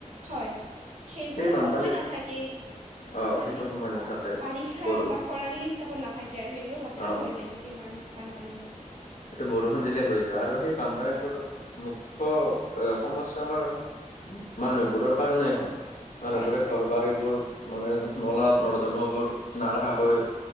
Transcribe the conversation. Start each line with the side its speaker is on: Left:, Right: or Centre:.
Right: হয়, সেইবোৰ
Left: সেই বানপানীত
Right: সময় নাথাকে
Left: অ
Right: মানে
Left: সেইটো সময় নাথাকে
Right: বাৰিষা
Left: বৰষু
Right: বা খৰালি হিচাপত নাথাকে আৰু সেইবোৰ হঠাৎ
Left: অ
Right: হৈ যায় কৃত্ৰিম বান-বানপানী মই।
Left: সেইটো বৰষুণ দিলে হৈ যায় আৰু সেই বান ৰ মুখ্য এ সমস্যা আমাৰ মানুহবোৰৰ কাৰণেই হয়। মানুহবোৰে
Right: হয়
Left: ঘৰ- বাৰী বোৰ মানে নলা-নৰ্দমাবোৰ নাৰখাকৈ?